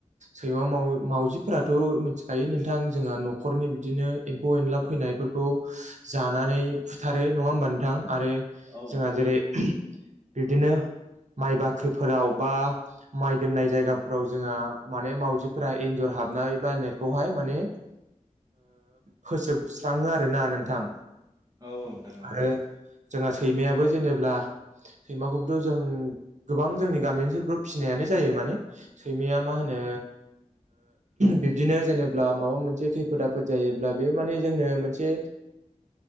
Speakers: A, on the right; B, on the right.
A: सैमा मावजिफोराथ' थिख नोंथां जोंहा न'खरनि बिदिनो एम्फौ एनला फैनायफोरखौ जानानै फुथार आरो नङा होमबा नोंथां आरो
B: औ नोंथां औ
A: जोंहा जेरै बिब्दिनो माइ बाख्रिफोराव बा माइ दोननाय जायगाफोराव जोंहा माने मावजिफोरा एन्जर हाबनो नायखौहाय माने फोसोबस्राङो आरोना नोंथां।
B: औ औ नोंथां
A: आरो
B: औ औ
A: जोंहा सैमायाबो जेनेबा सैमाखौथ' जों गोबां जोंनि गामि ओनसोलफोराव फिसिनायानो जायो माने सैमाया मा होनो बिब्दिनो जेनेबा माबा मोनसे खैफोद आफोद जायोबा बे माने जोंनो मोनसे